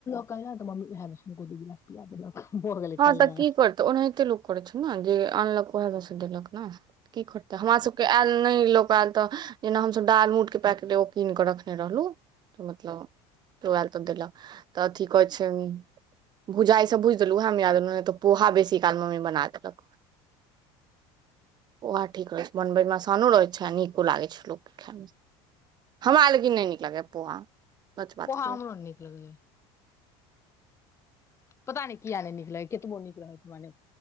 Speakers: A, on the left; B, on the right.
A: कालिह तऽ मम्मी उहा मे सँ दु गिलास पिया देलक भऽ गेलै
B: हँ
A: कल्याण
B: तऽ की करत ओनाहिते लोक करैत छै न जे आनलक ओएह मे से देलक न की करतै हमरा
A: हँ
B: सबके आयल नहि लोक तऽ जेना हमसभ दाल मुटके पैकिट एगो कीन कऽ रखने रहलु तऽ मतलब तऽ देल तऽ थी कहै छै भुजा ईस भुज द उहा मे मिला देलहुँन नैय तं पोहा बेसी काल मम्मी बना देलक ओहा ठीक रहै छै बनबइमे असानो रहै छै आ नीको लागे छै लोक खायमे हमार लेकिन नहि निकलगौया पोहा सच बात
A: पोहा
B: कहियौ
A: हमरो नीक नैय लगैए पता नहि किया नहि निक लागै कतबो नीक रहै माने